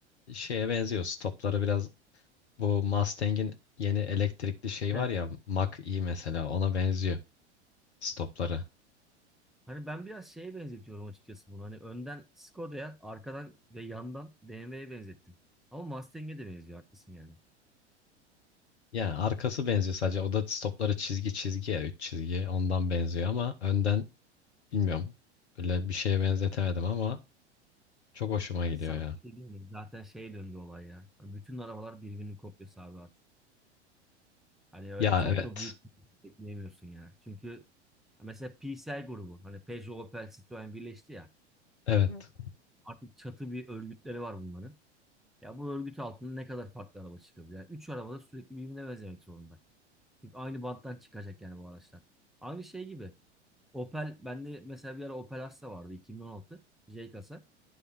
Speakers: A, on the left; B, in the centre.
A: şeye benziyor. Stopları biraz bu Mustang'in yeni elektrikli şey
B: Evet.
A: var ya Mach-E mesela ona benziyor stopları.
B: Hani ben biraz şeye benzetiyorum açıkçası bunu. Hani önden Skoda'ya, arkadan ve yandan BMW'ye benzettim. Ama Mustang'e de benziyor haklısın yani.
A: Yani arkası benziyor sadece o da stopları çizgi çizgi ya 3 çizgi ondan benziyor ama önden bilmiyorum böyle bir şeye benzetemedim ama çok hoşuma
B: Ya
A: gidiyor
B: sana
A: ya.
B: bir şey diyeyim mi? Zaten şey döndü olay ya. Hani Bütün arabalar birbirinin kopyası abi artık. Hani öyle
A: Ya
B: çok
A: evet.
B: da büyük bir şey bekleyemiyorsun ya. Çünkü mesela PSL grubu hani Peugeot, Opel, Citroen birleşti ya.
A: Evet.
B: Artık çatı bir örgütleri var bunların. Ya bu örgüt altında ne kadar farklı araba çıkabilir? Yani üç araba da sürekli birbirine benzemek zorunda. Çünkü aynı banttan çıkacak yani bu araçlar. Aynı şey gibi. Opel, bende mesela bir ara Opel Astra vardı 2016. J kasa.